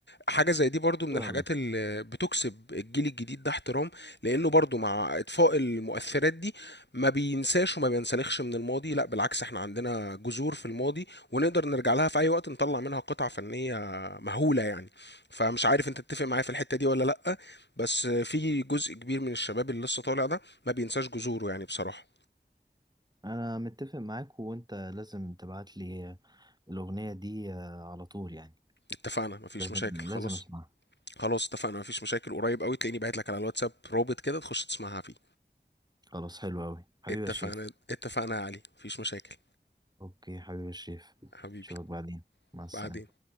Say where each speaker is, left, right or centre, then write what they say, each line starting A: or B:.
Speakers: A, on the left (about 75°); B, on the right (about 20°).
A: حاجة زي دي برضو من
B: حلو
A: الحاجات
B: أوي
A: اللي بتكسب الجيل الجديد ده احترام لأنه برضو مع إطفاء المؤثرات دي ما بينساش وما بينسلخش من الماضي لا بالعكس احنا عندنا جذور في الماضي ونقدر نرجع لها في أي وقت نطلع منها قطعة فنية مهولة يعني فمش عارف انت تتفق معايا في الحتة دي ولا لأ بس في جزء كبير من الشباب اللي لسه طالع ده ما بينساش جذوره يعني بصراحة
B: أنا متفق معاك وأنت لازم تبعت لي الأغنية دي آه، على طول يعني
A: اتفقنا مفيش
B: لازم
A: مشاكل خلاص
B: لازم أسمعها
A: خلاص اتفقنا مفيش مشاكل قريب قوي تلاقيني باعت لك على الواتساب رابط كده تخش تسمعها فيه
B: خلاص حلو أوي حبيبي
A: اتفقنا
B: يا شريف
A: اتفقنا يا علي مفيش مشاكل
B: أوكي حبيبي يا شريف
A: حبيبي
B: أشوفك بعدين مع السلامة
A: بعدين